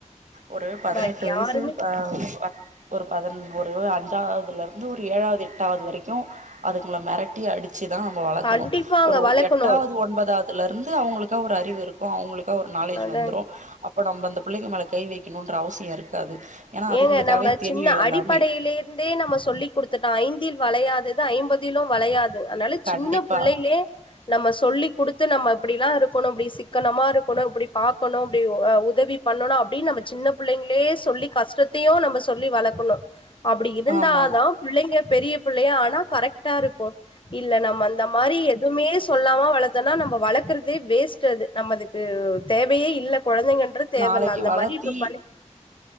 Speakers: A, on the right (about 85°); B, on the left (about 45°).
A: ஒரு பதினெட்டு
B: பாக்கி
A: வயசு
B: யாருமே
A: ப அ ஒரு பத ஒரு அஞ்சாவதுலருந்து ஒரு ஏழாவது எட்டாவது வரைக்கு அதுங்குள மிரட்டி அடி ச்சி தா நம்ம வளர்க்கணு
B: கண்டிப்பாங்க
A: ஒரு
B: வளக்கணு
A: எட்டாவது ஒன்பதாவதுல இருந்து அவங்களுக்கா ஒரு அறிவு இருக் அவங்களுக்கா ஒரு நாலேஜ்
B: அதா
A: வந்துரு அப்ப நம்ப அந்த பிள்ளைங்க மேல கை வைக்கணும்ன்ற அவசியோ இருக்காது ஏன்னா அதுங்களுக்காவே
B: ஏங்க நம்ம
A: தெரியு
B: சின்ன
A: எல்லாமே
B: அடிப்படையிலே நம்ம சொல்லி் குடுத்துட்டோ ஐந்தில் வளையாதது ஐம்பதிலும் வளையாது அதனால
A: கண்டிப்பா
B: சின்ன புள்ளைலே நம்ம சொல்லி் குடுத்து நம்ம இப்டில்லா இருக்கணு இப்டி சிக்கனமா இருக்கணு இப்டி பாக்கணு இப்டி உதவி பண்ணனு அப்டின்னு நம்ம சின்ன பிள்ளங்களே சொல்லி கஷ்ட த்தையும் நம்ப சொல்லி வளக்கணு அப்டி இருந்தா
A: ஆமா
B: தா பிள்ளைங்க பெரிய பிள்ளையா ஆனா கரெக்டா இருக்கு இல்ல நம்ம அந்த மாரி எதுவுமே சொல்லாம வளத்தோனா நம்ம வளக்குறதே வேஸ்ட் அது நம்ம அதுக்கு தேவயே இல்ல கொழந்தைங்க தேவல்ல
A: நாளைக்கு
B: அந்த
A: வளத்தி
B: மாரி இப்ப பி